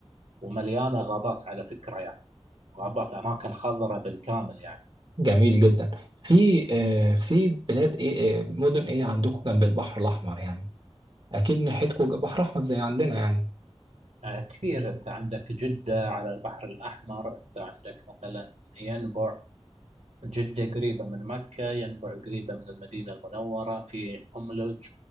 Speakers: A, on the right; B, on the right.
A: ومليانة غابات على فكرة يعني غابات أماكن خضراء بالكامل يعني
B: جميل جدا في آه، في بلاد ايه آه، مدن ايه عندكم جنب البحر الاحمر يعني اكيد ناحيتكم بحر احمر زي عندنا يعني
A: آه، كثير أنت عندك جدة على البحر الأحمر أنت عندك مثلا ينبع جدة قريبة من مكة ينبع قريبة من المدينة المنورة في أملج